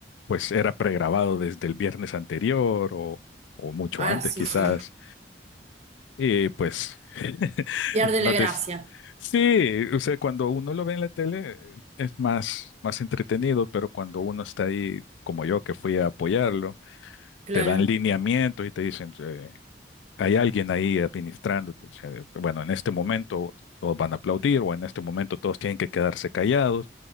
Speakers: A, on the left; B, on the right.
A: pues era pregrabado desde el viernes anterior o, o mucho
B: Ah,
A: antes
B: sí,
A: quizás
B: sí.
A: y pues <laughs>
B: Pierde
A: no
B: la gracia,
A: te... Sí, o sea, cuando uno lo ve en la tele eh, es más, más entretenido, pero cuando uno está ahí, como yo, que fui a apoyarlo,
B: claro.
A: te dan lineamientos y te dicen, eh, hay alguien ahí administrándote. o sea, de- bueno, en este momento todos van a aplaudir o en este momento todos tienen que quedarse callados.